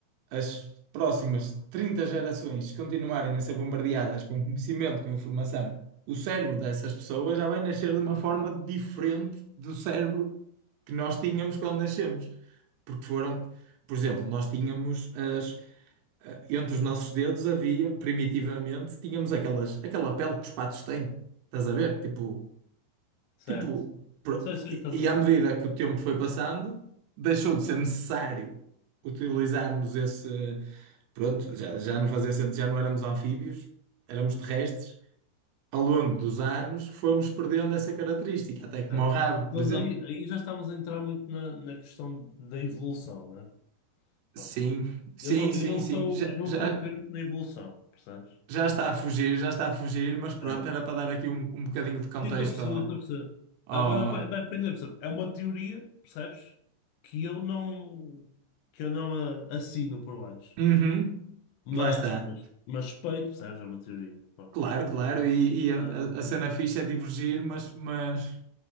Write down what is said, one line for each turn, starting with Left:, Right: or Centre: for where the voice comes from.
Right: as próximas 30 gerações que continuarem a ser bombardeadas com conhecimento, com informação, o cérebro dessas pessoas já vai nascer de uma forma diferente do cérebro que nós tínhamos quando nascemos. Porque foram, por exemplo, nós tínhamos as, eh, entre os nossos dedos havia, primitivamente, tínhamos aquelas, aquela pele que os patos têm. Estás a ver? Tipo,
Left: certo.
Right: Tipo, pro-
Left: Sei, sei
Right: e
Left: o que estás a
Right: e
Left: dizer.
Right: à medida que o tempo foi passando, deixou de ser necessário utilizarmos esse. Pronto, já, já não fazia sentido, já não éramos anfíbios, éramos terrestres. Ao longo dos anos, fomos perdendo essa característica, até como
Left: Certo.
Right: o rabo, por
Left: Mas
Right: exemplo.
Left: aí, aí já estamos a entrar muito na, na questão da evolução, né? Prontos.
Right: Sim, sim,
Left: Eu não,
Right: sim,
Left: eu não
Right: sim.
Left: sou,
Right: Já,
Left: eu não
Right: já,
Left: sou um crente na evolução, percebes?
Right: já está a fugir, já está a fugir, mas pronto,
Left: É.
Right: era para dar aqui um, um bocadinho de contexto
Left: Sim, estou a perceber,
Right: ao.
Left: estou a perceber.
Right: ao...
Left: Agora, bem, bem, bem, percebe? é uma teoria, percebes? Que eu não, que eu não ah, assino por baixo.
Right: Uhum,
Left: Pronto. Mas,
Right: lá está.
Left: mas, mas respeito, percebes? É uma teoria. Pronto.
Right: Claro, claro, e, e a,
Left: Ahm,
Right: a- a cena fixa é divergir, mas, mas